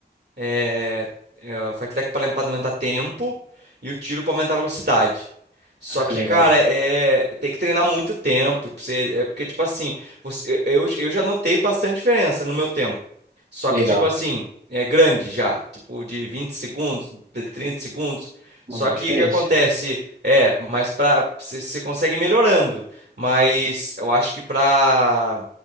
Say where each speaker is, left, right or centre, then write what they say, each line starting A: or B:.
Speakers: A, on the right (about 70°); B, on the right (about 55°).
A: é, é, o fartlek é pra aumentar tempo e o tiro para aumentar a velocidade. Só
B: Ah,
A: que,
B: legal,
A: cara, é, tem que treinar muito tempo. pra você- é porque, tipo assim, você- eu, eu já notei bastante diferença no meu tempo. Só
B: legal.
A: que, tipo assim, é grande já. Tipo, de 20 segundos, de 30 segundos.
B: Uma
A: Só
B: boa
A: que
B: diferença.
A: o que acontece? É, mas pra, você você consegue ir melhorando. Mas eu acho que pra